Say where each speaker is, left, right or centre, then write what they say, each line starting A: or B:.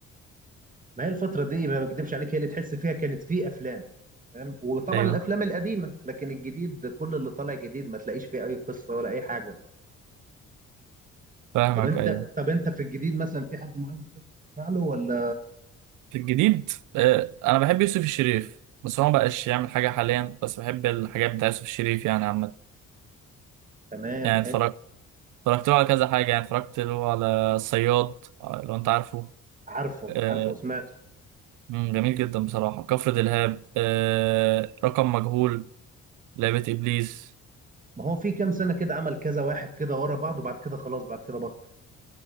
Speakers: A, on the right; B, on the right.
A: ما هي الفترة دي ما بكدبش عليك هي اللي تحس فيها كانت في أفلام تمام وطبعا
B: أيوه
A: الأفلام القديمة لكن الجديد كل اللي طالع جديد ما تلاقيش فيه أي قصة ولا أي حاجة
B: فاهمك
A: طب أنت
B: أيوه
A: طب أنت في الجديد مثلا في حد معين بتحب تسمع له ولا
B: في الجديد آه، أنا بحب يوسف الشريف بس هو مبقاش يعمل حاجة حاليا بس بحب الحاجات بتاع يوسف الشريف يعني عامة
A: تمام
B: يعني
A: حلو
B: اتفرجت اتفرجت له على كذا حاجة يعني اتفرجت له على الصياد آه، لو انت عارفه
A: عارفه
B: آه،
A: عارفه وسمعته
B: مم، جميل جدا بصراحة كفر دلهاب آه، رقم مجهول لعبة إبليس
A: ما هو في كام سنة كده عمل كذا واحد كده ورا بعض وبعد كده خلاص بعد كده بطل